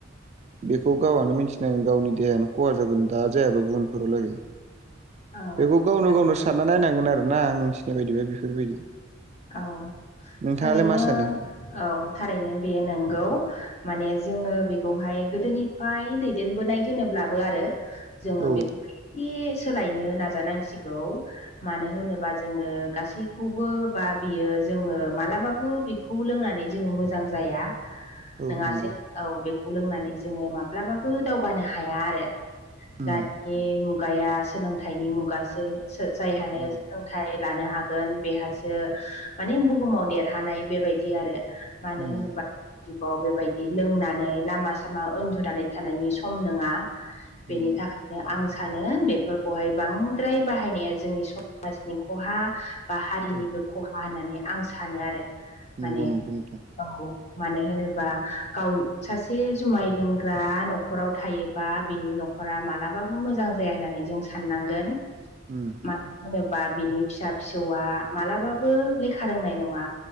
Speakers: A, on the right (about 35°); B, on the left (about 35°).
A: बेखौ गावानो मिथिनांगौ गावनि देहायानो खहा जागोन दा जायाबा उनफोराव लागै
B: <inaudible>
A: बेखौ गावनो
B: थारैनो
A: गावनो सानना नायनांगोन आरोना आं मिथिनाय बायदिबा बेफोरबायदि
B: आं
A: नोंथाङालाय
B: थारैनो
A: मा सानो
B: औ थारैनो बेयो नोंगौ माने जोङो बेखौहाय गोदोनि फाय दैदेनबोनाय होनोब्लाबो आरो जोङो
A: औ
B: बेखौहाय एसे सोलायनो नाजानांसिगौ मानो होनोबा जोङो गासैखौबो बा बियो जोङो मालाबाबो बेखौ लोंनानै जोङो मोजां जाया
A: औ
B: नोङासे
A: नंगौ
B: औ बेखौ लोंनानै जोङो माब्लाबाबो दावगानो हाया आरो
A: उम
B: दानि मुगाया सोलोंथाइनि मुगासो सो जायहानो
A: नंगौ
B: सोलोंथाइ लानो हागोन बेहासो माने बुहुमाव देरहानाय बेबायदि आरो मानो
A: उम
B: होनोबा अ बेबायदि लोंनानै लामा सामा उन्दुनानै थानायनि सम नोङा बेनि
A: नङा
B: थाखा आं सानो बेफोरखौहाय बांद्राय बाहायनाया जोंनि समाजनि खहा बा हारिनिबो
A: औ
B: खहा होननानै आं सानो आरो
A: नंगौ
B: माने
A: नंगौ नोंथां
B: औ मानो होनोबा गाव सासे जुमाय लोंग्रा न'खराव थायोबा बिनि नख नखरा मालाबाबो मोजां जाया होननानै जों साननांगोन
A: ओम
B: मानो होनोबा बिनि फिसा फिसौआ मालाबाबो लेखा रोंनाय नङा